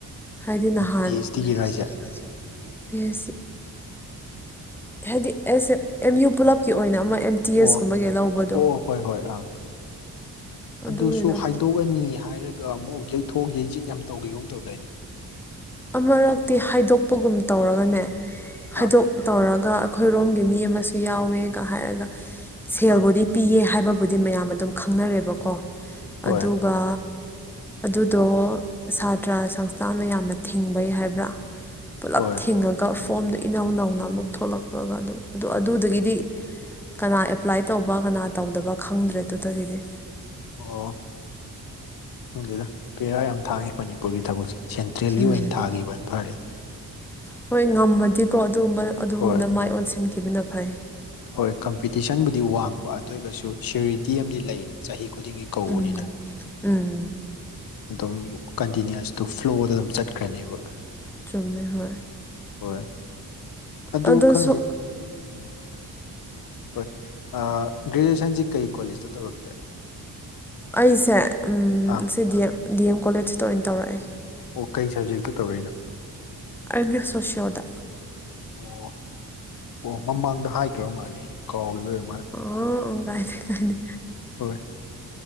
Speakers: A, in the centre; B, on the left.
A: ꯍꯥꯏꯗꯤ ꯅꯍꯥꯟ
B: ꯄꯤ ꯑꯩꯆ ꯗꯤꯒꯤꯔ ꯍꯥꯏꯁꯦ
A: <inaudible> ꯍꯥꯏꯗꯤ ꯑꯦꯁ ꯑꯦ ꯑꯦꯝ ꯌꯨ ꯄꯨꯂꯞꯀꯤ ꯑꯣꯏꯅ ꯑꯃ ꯑꯦꯝ ꯇꯤ ꯑꯦꯁ
B: ꯑꯣ
A: ꯀꯨꯝꯕꯒꯤ ꯂꯧꯕꯗꯣ
B: ꯑꯣ ꯍꯣꯏ ꯍꯣꯏ ꯑꯪ
A: ꯑꯗꯨꯒꯤꯗꯣ
B: ꯑꯗꯨꯁꯨ ꯍꯥꯏꯗꯣꯛꯑꯅꯤ ꯍꯥꯏꯔꯒ ꯑꯃꯨꯛ ꯌꯩꯊꯣꯛ ꯌꯩꯖꯤꯟ ꯌꯥꯝ ꯇꯧꯒꯤꯒꯨꯝ ꯇꯧꯗꯏꯅꯦ
A: ꯑꯃꯔꯛꯇꯤ ꯍꯥꯏꯗꯣꯛꯄꯒꯨꯝ ꯇꯧꯔꯒꯅꯦ ꯍꯥꯏꯗꯣꯛ
B: ꯑꯥ
A: ꯇꯧꯔꯒ ꯑꯩꯈꯣꯏꯔꯣꯝꯒꯤ ꯃꯤ ꯑꯃꯁꯨ ꯌꯥꯎꯋꯦꯒ ꯍꯥꯏꯔꯒ ꯁꯦꯜꯕꯨꯗꯤ
B: ꯑꯥ
A: ꯄꯤꯌꯦ ꯍꯥꯏꯕ ꯕꯨꯗꯤ ꯃꯌꯥꯝ ꯑꯗꯨꯝ ꯈꯪꯅꯔꯦꯕꯀꯣ
B: ꯍꯣꯏ
A: ꯑꯗꯨ ꯒꯥ ꯑꯗꯨꯗꯣ ꯁꯥꯇ꯭ꯔ ꯁꯪꯁꯊꯥꯟꯅ ꯃꯥꯌꯥꯝꯅ ꯊꯤꯡꯕꯩ ꯍꯥꯏꯕ꯭ꯔꯥ ꯄꯨꯂꯞ
B: ꯍꯣꯏ
A: ꯊꯤꯡꯉꯒꯥ ꯒ ꯐꯣꯝꯗꯣ ꯏꯅꯎ ꯅꯧꯅ ꯑꯃꯨꯛ ꯊꯣꯛꯂꯛꯄꯒ ꯑꯗꯨ ꯑꯗꯨ ꯑꯗꯨꯗꯒꯤꯗꯤ ꯀꯅꯥ ꯑꯦꯄ꯭ꯂꯥꯏ ꯇꯧꯕ ꯀꯅꯥ ꯇꯧꯗꯕ ꯈꯪꯗ꯭ꯔꯦ ꯑꯗꯨꯗꯒꯤꯗꯤ
B: ꯑꯣ ꯈꯪꯗꯦꯗ ꯄꯦꯕꯔ ꯌꯥꯝ ꯊꯥꯒꯦ ꯃꯅꯤꯄꯨꯔꯒꯤ ꯊꯕꯛꯁꯦ ꯁꯦꯟꯇ꯭ꯔꯦꯜꯒꯤ
A: ꯎꯝ
B: ꯑꯣꯏꯅ ꯊꯥꯒꯤꯕꯅ ꯐꯔꯦ
A: ꯍꯣꯏ ꯉꯝꯃꯗꯤꯀꯣ ꯑꯗꯨꯒꯨꯝꯕ ꯑꯗꯨꯝꯗ
B: ꯍꯣꯏ
A: ꯃꯥꯏ ꯑꯣꯟꯁꯤꯟꯈꯤꯕꯅ ꯐꯩ
B: ꯍꯣꯏ ꯀꯝꯄꯤꯇꯤꯁꯟꯕꯨꯗꯤ ꯋꯥꯡꯕ ꯑꯗꯨ ꯑꯣꯏꯒꯁꯨ ꯁꯨꯌꯔꯤꯇꯤ ꯑꯃꯗꯤ ꯂꯩꯅ ꯆꯍꯤ ꯈꯨꯗꯤꯡꯒꯤ ꯀꯧꯕꯅꯤꯅ
A: ꯎꯝ ꯎꯝ
B: ꯑꯗꯨꯝ ꯀꯟꯇꯤꯅꯤ꯭ꯨꯁꯇꯨ ꯐ꯭ꯂꯣꯗ ꯑꯗꯨꯝ ꯆꯠꯈ꯭ꯔꯅꯦꯕ
A: ꯆꯝꯃꯦ ꯍꯣꯏ
B: ꯍꯣꯏ ꯑꯗꯨ
A: ꯑꯗꯣ
B: ꯈꯪꯗꯦ
A: ꯁꯣ
B: ꯎꯝ ꯍꯣꯏ ꯑꯥ ꯒ꯭ꯔꯦꯖꯨꯌꯦꯁꯟꯁꯤ ꯀꯩ ꯀꯣꯂꯦꯖꯇ ꯇꯧꯔꯛꯀꯦ
A: ꯑꯩꯁꯦ
B: ꯑꯥ
A: ꯁꯤ ꯒꯤ ꯑꯝ ꯗꯤ ꯑꯦꯝ ꯀꯣꯂꯦꯖꯇ ꯑꯣꯏꯅ ꯇꯧꯔꯛꯑꯦ
B: ꯑꯣ ꯀꯩ ꯁꯕꯖꯦꯛꯇ ꯇꯧꯔꯛꯏꯅꯣ
A: ꯑꯩꯗꯤ ꯁꯣꯁꯤꯌꯣꯗ
B: ꯑꯣ ꯑꯣ ꯃꯃꯥꯡꯗ ꯍꯥꯏꯒꯔꯕ ꯃꯥꯜꯂꯦ ꯑꯩꯅ ꯀꯥꯎꯒꯤꯕꯥ ꯑꯣꯏꯕ ꯃꯥꯜꯂꯦ
A: ꯑ ꯀꯥꯏꯗꯦ ꯀꯥꯏꯗꯦ
B: ꯍꯣꯏ